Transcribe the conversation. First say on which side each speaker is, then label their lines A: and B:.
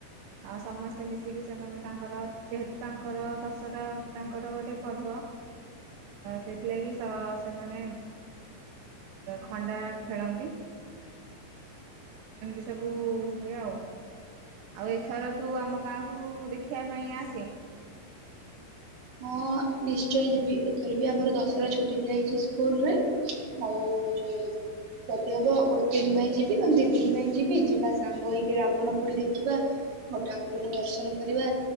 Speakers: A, on the right; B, on the right.
A: ଆ ସମସ୍ତେ ମିଶିକି ସେମାନେ ତାଙ୍କର ଯେହେତୁ ତାଙ୍କର ଦଶହରା ତାଙ୍କର ଗୋଟେ ପର୍ବ ସେଥିଲାଗି ସେମାନେ ଖଣ୍ଡା ଖେଳନ୍ତି ଏମିତି ସବୁ ହୁଏ ଆଉ। ଆଉ ଏଥର ତୁ ଆମ ଗାଁକୁ ଦେଖିବା ପାଇଁ ଆସେ।
B: ହଁ ନିଶ୍ଚୟ ଯିବି ଏଥର ବି ଆମର ଦଶହରା ଛୁଟି ଦିଆଯାଇଛି ସ୍କୁଲ ରେ ଆଉ ଯୋଉ ଯଦି ହବ ଗୋଟେ ଦିନ ପାଇଁ ଯିବି ଦି ଦିନ ପାଇଁ ଯିବି ଯିବା ସାଙ୍ଗ ହେଇକି ରାବଣ ପୋଡି ଦେଖିବା ଆୋ ଠାକୁରଙ୍କୁ ଦର୍ଶନ କରିବା